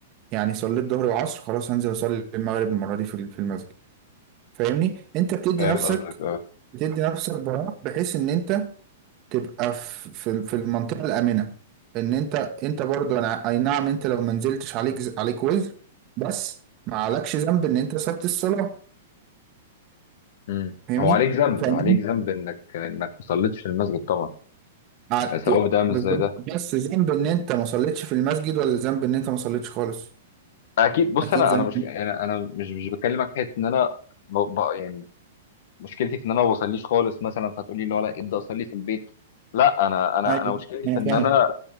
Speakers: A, on the right (about 40°); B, on the left (about 60°).
A: يعني صليت الظهر والعصر خلاص هنزل اصلي المغرب المرة دي في ال- في المسجد فاهمني انت بتدي
B: فاهم
A: نفسك
B: قصدك اه
A: بتدي نفسك براح بحيث ان انت تبقى في في في المنطقه الامنه ان انت انت برضو انا اي نعم انت لو ما نزلتش عليك ز- عليك وزر بس ما عليكش ذنب ان انت سبت الصلاه
B: امم
A: فاهمني
B: هو عليك ذنب
A: فاهمني
B: عليك ذنب انك انك ما صليتش في المسجد طبعا
A: ع-
B: سواء ده مش
A: بالظبط.
B: زي ده
A: بس ذنب ان انت ما صليتش في المسجد ولا ذنب ان انت ما صليتش خالص
B: اكيد بص
A: اكيد
B: انا
A: ذنب
B: انا مش انا انا مش مش بكلمك في حته ان انا ب... ب... يعني مشكلتي في ان انا ما بصليش خالص مثلا فهتقولي لي ولا ابدا اصلي في البيت لا انا انا
A: ايوه
B: انا مشكلتي
A: انا
B: في ان
A: فاهم
B: انا